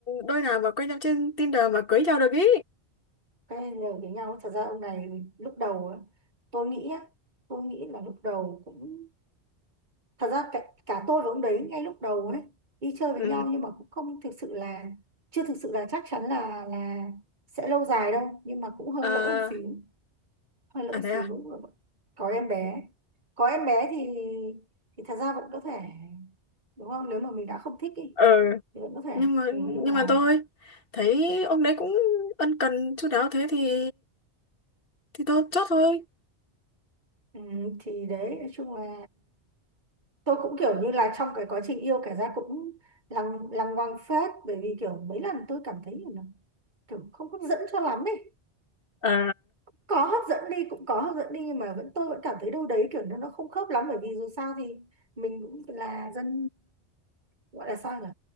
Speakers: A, on the left (about 55°); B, on the right (about 45°).
A: đôi nào mà quen nhau trên Tinder mà cưới nhau được ý
B: cái đều với nhau thật ra ông này lúc đầu á, tôi nghĩ á tôi nghĩ là lúc đầu cũng thật ra cả, cả tôi và ông đấy ngay lúc đầu đấy đi chơi với
A: ừ
B: nhau nhưng mà cũng không thực sự là chưa thực sự là chắc chắn là là sẽ lâu dài đâu nhưng mà cũng hơi
A: à,
B: lỡ một xíu hơi lỡ
A: à thế
B: xíu
A: à
B: có em bé có em bé thì thì thật ra vẫn có thể đúng không nếu mà mình đã không thích ý,
A: ừ
B: thì vẫn có thể
A: nhưng mà
B: Ừ,
A: nhưng
B: nhưng mà
A: mà tôi thấy ông đấy cũng ân cần chu đáo thế thì thì tôi chốt thôi
B: ừ, thì đấy nói chung là tôi cũng kiểu như là trong cái quá trình yêu kể ra cũng lằng lằng ngoằng phết bởi vì kiểu mấy lần tôi cảm thấy là kiểu không hấp dẫn cho lắm ấy
A: ờ
B: có hấp dẫn đi cũng có hấp dẫn đi nhưng mà vẫn tôi vẫn cảm thấy đâu đấy kiểu nó nó không khớp lắm bởi vì dù sao thì mình cũng là dân gọi là sao nhỉ